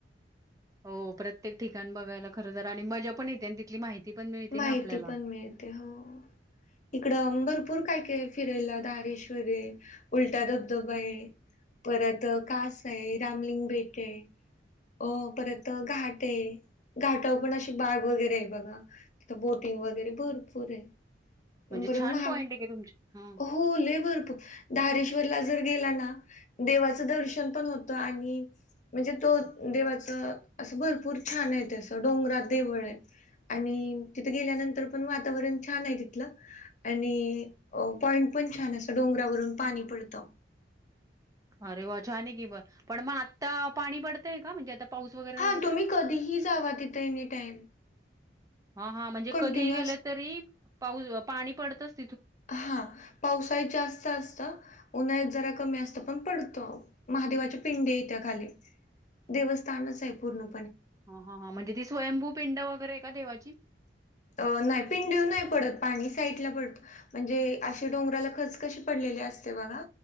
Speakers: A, on the right (about 20°); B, on the left (about 45°).
A: हो प्रत्येक ठिकाण बघायला खर तर आणि मजा पण येते आणि तिथली माहिती. पण मिळते
B: माहिती
A: ना आपल्याला
B: पण मिळते हो इकड अंबर. भरपूर काय काय फिरायला दारेश्वरे. उलटा धबधबा आहे. परत कास आहे रामलिंग बेट आहे, अ परत घाट आहे. घाटा पण अशी बाग. वगैरे बघा. तिथ बोटिंग वगैरे भरपूर आहे.
A: म्हणजे
B: बर
A: छान
B: महा
A: पॉईंट
B: हो
A: आहे की तुमची हा
B: भरपूर दारेश श्वरला जर गेला ना देवाचं दर्शन पण होत आणि म्हणजे तो देवाच अस भरपूर छान आहे, तेसं डोंगरा देवळ आहे, आणि. तिथं गेल्यानंतर पण वातावरण छान आहे तिथलं. आणि ओ. पॉइंट पण छान असं डोंगरावरून पाणी पडतं.
A: अरे वाचाने की, ब पण मग आता पाणी पडतंय का म्हणजे आता. पाऊस वगैरे नाहीये
B: हा तुम्ही
A: तर?
B: कधीही जावा तिथं एनी टाईम.
A: हा ह म्हणजे
B: कंटिन्यू
A: कधी गेलं तरी. पाऊस पाणी पडतच.
B: हा पावसाळीत जास्त असत. उन्हात जरा कमी असत पण पडत महादेवाचे पिंडे त्या्या खाली देवस्थानच आहे पूर्ण.
A: हा हा हा म्हणजे ती स्वयंभू पिंड वगैरे. का देवाची.
B: अ नाही पिंड नाही पडत पाणी साईडला पडत म्हणजे, अशी डोंगराला खच कशी पडलेली असते बघा